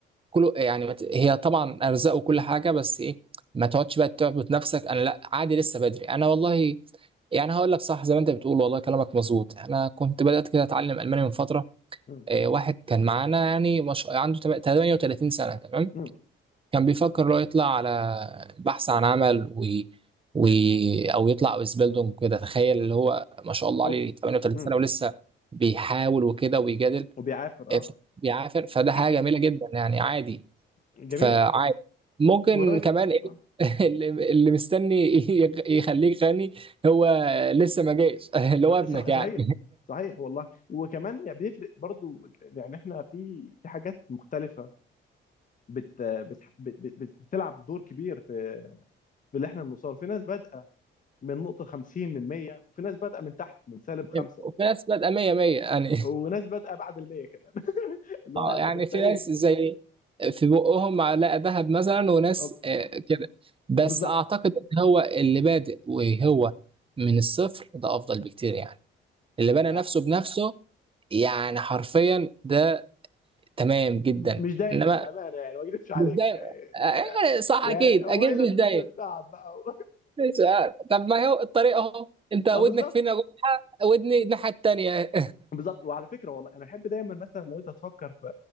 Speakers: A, on the right; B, on the left.
A: كله يعني مت... هي طبعا ارزاق وكل حاجه بس ايه ما تقعدش بقى تعبط نفسك انا لا عادي لسه بدري انا والله يعني هقول لك صح زي ما انت بتقول والله كلامك مظبوط انا كنت بدات كده اتعلم الماني من فتره
B: مم.
A: آه، واحد كان معانا يعني مش... عنده تم- 38 سنة تمام
B: مم.
A: كان بيفكر لو يطلع على البحث عن عمل و... و... أو يطلع أوزبيلدونج كده تخيل اللي هو ما شاء الله
B: اوف
A: عليه 38
B: مم.
A: سنة ولسه بيحاول وكده ويجادل
B: وبيعافر
A: آه،
B: اه
A: ف- بيعافر فده حاجة
B: <clears throat>
A: جميلة جدا يعني عادي
B: جميل
A: فعادي ممكن
B: والراجل
A: كمان إيه
B: آه،
A: <laughs> اللي اللي مستني يخ- يخليك غني هو لسه ما جاش <laughs> اللي هو ابنك
B: صح- صحيح
A: يعني
B: صحيح والله وكمان يعني بيفرق برضو يعني احنا في في حاجات مختلفة بت بت بت بت بتلعب دور كبير في في اللي احنا بنوصله في ناس بادئة من نقطة 50 من 100 وفي ناس بادئة من تحت من سالب
A: <laughs>
B: خمسة
A: وفي نفس الوقت 100 100 يعني
B: وناس بادئة بعد ال 100 كمان <laughs> اللي
A: اه
B: هو يعني طب
A: يعني
B: انت
A: في
B: ايه
A: ناس زي في بقهم معلقه ذهب مثلا وناس
B: طب
A: آه، كده بس
B: بالظبط
A: اعتقد ان هو اللي بادئ وهو من الصفر ده افضل بكتير يعني اللي بنى
B: آه،
A: نفسه بنفسه يعني حرفيا ده تمام جدا
B: مش دايما
A: انما
B: بأمانة يعني ما اكذبش عليك
A: مش دايما
B: يعني,
A: آه،
B: يعني
A: آه، صح
B: يعني
A: اكيد
B: هو
A: اكيد
B: ايه لازمته
A: مش دايما
B: التعب بقى <laughs>
A: مش عارف. طب ما هو الطريق اهو انت ودنك
B: اه بالظبط
A: فين يا جو- ودني الناحيه التانيه
B: بالظبط وعلى فكره والله انا بحب دايما مثلا لو انت هتفكر في